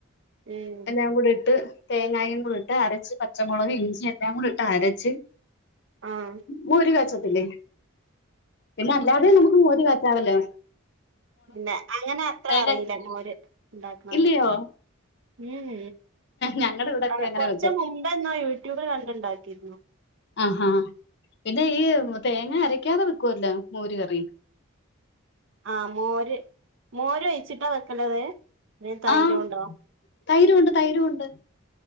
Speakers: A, on the right; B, on the left.
A: ഉം
B: എല്ലാ കൂടെ ഇട്ട് തേങ്ങായും കൂടി ഇട്ട് അരച്ച് പച്ചമുളക് ഇഞ്ചി എല്ലാം കൂടി ഇട്ട് അരച്ച്
A: ആഹ്
B: മോര് കാച്ച് അല്ലേ പിന്നെ അല്ലാതെ നമുക്ക് മോര് കാച്ചവല്ലോ
A: പില്ലെ അങ്ങനെ അത്ര
B: തേങ്ങ
A: അറിയില്ല മോര് ഉണ്ടാക്കുന്നത്
B: ഇല്ലയോ
A: ഉം
B: ഞങ്ങടെ ഇവിടൊക്കെ
A: അ
B: അങ്ങനെ
A: കൊറച്ച
B: വെക്കും
A: മുമ്പ് എന്നോ യൂട്യൂബിൽ കണ്ടുണ്ടാക്കിരുന്നു
B: ആഹാ പിന്നെ ഈ തേങ്ങ അരക്കാതെ വെക്കുവല്ലോ മോര് കറി
A: ആ മോര് മോര ഒഴിച്ചിട്ടാ വെക്കലത് പിന്നെ തൈരുണ്ടോ
B: ആഹ തൈരുമുണ്ട് തൈരുമുണ്ട്